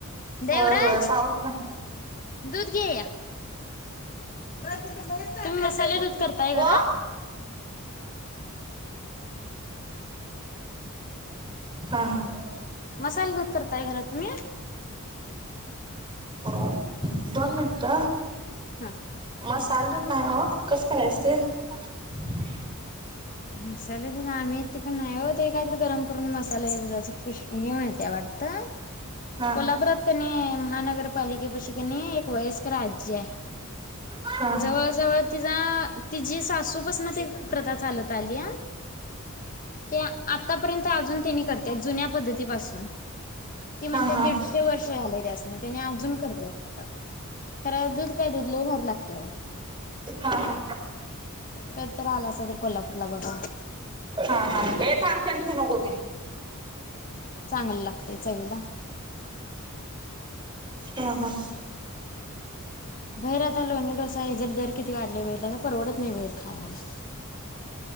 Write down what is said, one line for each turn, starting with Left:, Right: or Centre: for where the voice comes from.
Left: देवराज
Right: होय होय पाऊस ना
Left: दुध घे. तुम्ही मसाले दूध करताय
Right: व
Left: घरात?
Right: हा हा
Left: मसाला दूध करताय घरात तुम्ही?
Right: अ दोन मिनट
Left: हा.
Right: मसाल दूध नाही हो, कसं करायचं ते?
Left: मसाले दूध आम्ही येत ते पण नाही हो ते काहीतरी गरम करून मसा <unintelligible> घेऊन येत्या वाटतं.
Right: हा
Left: कोल्हापुरात कनी, महानगरपालिके पशी कनी, एक वयस्कर आज्जी हाय.
Right: हा
Left: जवळ जवळ तिजा तिजी सासूपसन ती प्रथा चालत ताल्या ते आतापर्यंत अजून त्यांनी करत जुन्या पद्धतीपासून ती म्हणते
Right: हा हा
Left: दीडशे
Right: हा
Left: वर्ष झालय त्यासनी, त्याने अजून करत्यात आता खरा दूध काय दूध लय भारी लागतय
Right: हा
Left: कधीतरी आलासा तर कोल्हापूरला ला बघ
Right: हा हा हे थांब त्याला ठेवू नको ते
Left: चांगलं लागतय चवीला
Right: हा. हा.
Left: भैर आता लोणी हेज्यात दर किती किती वाढलय बागितलासा, परवडत नाही भैर खायला.